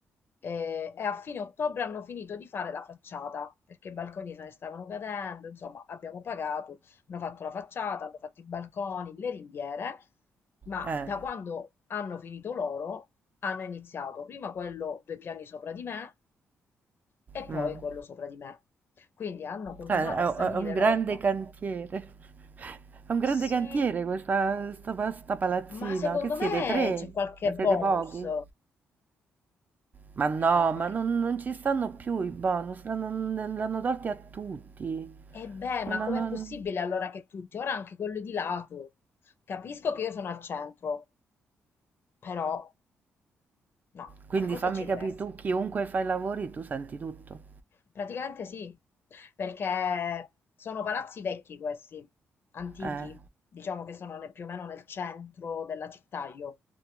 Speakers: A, on the left; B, on the right.
A: Eh, E, a fine ottobre hanno finito di fare la facciata perché i balconi se ne stavano cadendo. Insomma, abbiamo pagato, hanno fatto la facciata, hanno fatto i balconi, le ringhiere. Ma
B: Eh.
A: da quando hanno finito loro, hanno iniziato prima quello due piani sopra di me e poi
B: mm.
A: quello sopra di me. Quindi hanno continuato
B: Eh, è,
A: a salire
B: è un grande
A: roba.
B: cantiere. <laughs> È un
A: Sì,
B: grande cantiere questa sta, pa- sta palazzina.
A: ma secondo
B: Che siete
A: me
B: tre?
A: c'è qualche
B: Ma
A: bonus.
B: siete pochi? Ma no,
A: Ci sarà qualche
B: ma non, non ci stanno più i bonus, l'hanno l'hanno tolti a tutti.
A: E beh,
B: Non
A: ma com'è
B: hanno-
A: possibile allora che tutti, ora anche quello di lato? Capisco che io sono al centro, però no,
B: Quindi
A: qualcosa
B: fammi
A: ci
B: capire,
A: deve essere.
B: tu chiunque fai i lavori, tu senti tutto.
A: Praticamente sì, perché sono palazzi vecchi questi, antichi,
B: Eh,
A: diciamo che sono ne- più o meno nel centro della città io.